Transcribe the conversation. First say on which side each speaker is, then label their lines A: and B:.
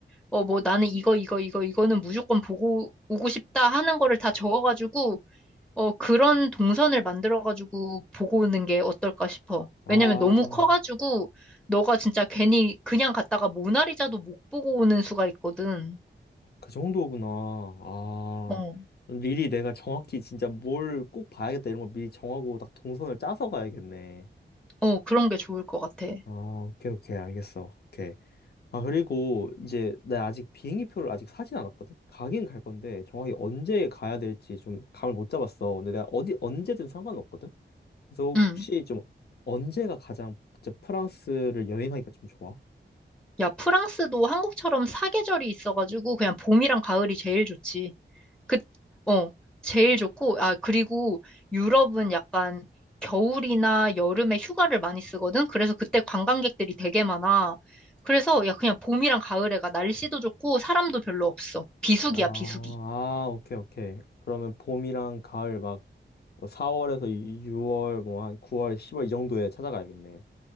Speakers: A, in the centre; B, on the left.
A: 어, 뭐 나는 이거, 이거, 이거, 이거는 무조건 보고 오고 싶다 하는 거를 다 적어가지고, 어, 그런 동선을 만들어가지고 보고 오는 게 어떨까 싶어.
B: 아,
A: 왜냐면 너무 커가지고, 너가 진짜 괜히 그냥 갔다가 모나리자도 못 보고 오는 수가 있거든.
B: 그 정도구나. 아,
A: 어,
B: 미리 내가 정확히 진짜 뭘 꼭 봐야겠다 이런 거 미리 정하고 딱 동선을 짜서 가야겠네.
A: 어, 그런 게 좋을 것 같아.
B: 아, 오케이, 오케이, 알겠어. 오케이. 아, 그리고 이제 내가 아직 비행기 표를 아직 사진 않았거든? 가긴 갈 건데 정확히 언제 가야 될지 좀 감을 못 잡았어. 근데 내가 어디 언제든 상관없거든? 그래서
A: 음
B: 혹시 좀 언제가 가장 진짜 프랑스를 여행하기가 좀 좋아?
A: 야, 프랑스도 한국처럼 사계절이 있어가지고, 그냥 봄이랑 가을이 제일 좋지. 그, 어, 제일 좋고, 아, 그리고 유럽은 약간 겨울이나 여름에 휴가를 많이 쓰거든? 그래서 그때 관광객들이 되게 많아. 그래서 야, 그냥 봄이랑 가을에 가. 날씨도 좋고, 사람도 별로 없어. 비수기야,
B: 아,
A: 비수기.
B: 아, 오케이, 오케이. 그러면 봄이랑 가을 막뭐 4월에서 6월, 뭐 한 9월, 10월 이 정도에 찾아가야겠네.